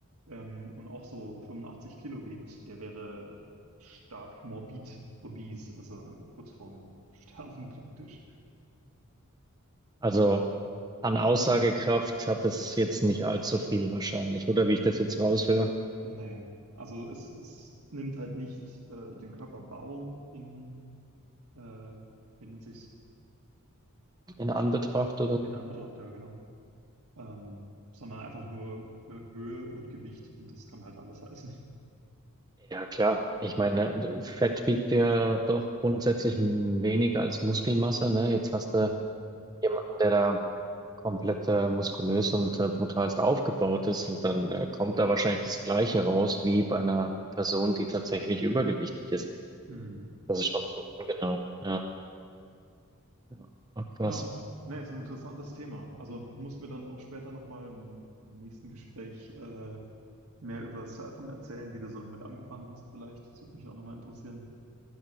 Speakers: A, on the right (about 80°); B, on the right (about 15°).
A: ähm, und auch so 85 Kilo wiegt, der wäre stark morbid obese, also kurz vorm Sterben <laughs> praktisch.
B: Also an Aussagekraft hat es jetzt nicht allzu viel wahrscheinlich, oder wie ich das jetzt raushöre,
A: Nee, also es, es nimmt halt nicht äh, den Körperbau in, äh, wie nennt sich's?
B: in Anbetracht
A: Ja,
B: oder?
A: in Anbetracht, ja genau. Ähm, sondern einfach nur äh, Höhe und Gewicht und das kann halt alles heißen. <laughs>
B: Ja, klar. Ich meine, Fett wiegt ja doch grundsätzlich weniger als Muskelmasse, ne? Jetzt hast
A: Genau.
B: du jemanden, der da komplett äh, muskulös und äh, brutalst aufgebaut ist und dann äh, kommt da wahrscheinlich das Gleiche raus wie bei einer Person, die tatsächlich übergewichtig ist.
A: Hm.
B: Das ist schon so ungenau. Ja. Ja, Ach, krass.
A: Ja, ne, ist ein interessantes Thema. Also muss mir dann auch später nochmal im, im nächsten Gespräch äh, mehr über Surfen erzählen, wie du so damit angefangen hast vielleicht. Das würde mich auch nochmal interessieren.